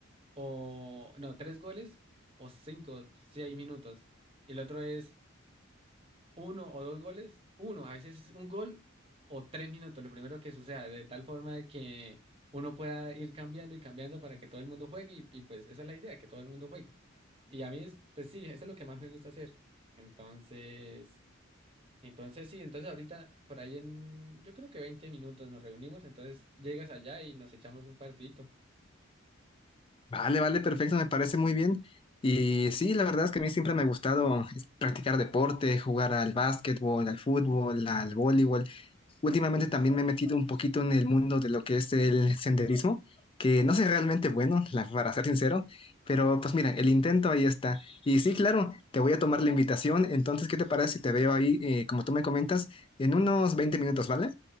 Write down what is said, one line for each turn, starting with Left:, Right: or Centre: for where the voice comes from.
Right: o no, tres goles o cinco, seis minutos. Y el otro es uno o dos goles, uno. A veces es un gol o tres minutos, lo primero que suceda, de tal forma que uno pueda ir cambiando y cambiando para que todo el mundo juegue. Y, y pues esa es la idea, que todo el mundo juegue. Y a mí, es- pues sí, eso es lo que más me gusta hacer. Entonces, entonces sí, entonces ahorita por ahí en, yo creo que 20 minutos nos reunimos, entonces llegas allá y nos echamos un partidito.
Left: Vale, vale, perfecto, me parece muy bien. Y sí, la verdad es que a mí siempre me ha gustado es, practicar deporte, jugar al básquetbol, al fútbol, al voleibol. Últimamente también me he metido un poquito en el mundo de lo que es el senderismo, que no soy realmente bueno, la- para ser sincero, pero pues mira, el intento ahí está. Y sí, claro, te voy a tomar la invitación, entonces, ¿qué te parece si te veo ahí, eh, como tú me comentas, en unos 20 minutos, ¿vale?